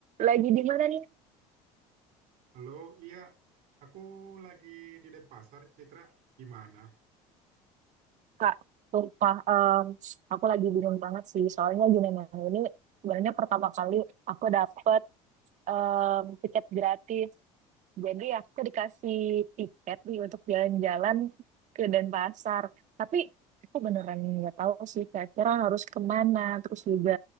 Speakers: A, on the right (about 45°); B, on the right (about 65°).
A: Lagi di mana nih,
B: Halo, iya, aku lagi di Denpasar, Citra. Gimana?
A: Kak? Sumpah, em, aku lagi bingung banget sih. Soalnya gimana ini sebenarnya pertama kali aku dapet em, tiket gratis. Jadi aku dikasih tiket nih untuk jalan-jalan ke Denpasar. Tapi aku beneran nggak tahu sih kira-kira harus kemana. Terus juga